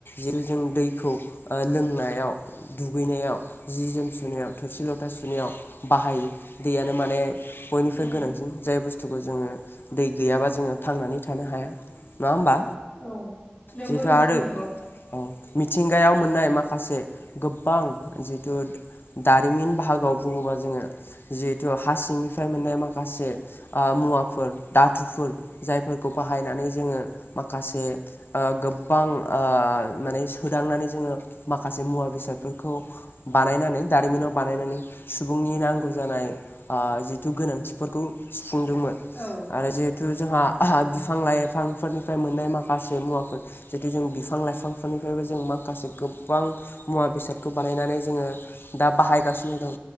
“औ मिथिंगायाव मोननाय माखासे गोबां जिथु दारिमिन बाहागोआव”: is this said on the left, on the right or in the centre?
Left